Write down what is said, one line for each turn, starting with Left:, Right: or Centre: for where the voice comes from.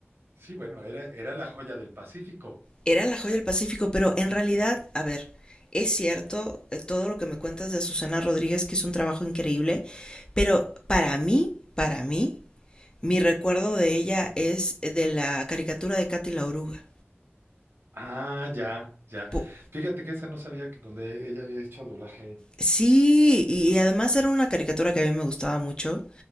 Right: Sí, bueno, era, era la joya del Pacífico.
Left: Era la joya del Pacífico, pero en realidad, a ver, es cierto eh, todo lo que me cuentas de Susana Rodríguez, que hizo un trabajo increíble, pero para mí, para mí, mi recuerdo de ella es de la caricatura de Katy la Oruga.
Right: Ah, ya, ya.
Left: Po-
Right: Fíjate que esa no sabía que donde ella había hecho doblaje.
Left: Sí, y además era una caricatura que a mí me gustaba mucho.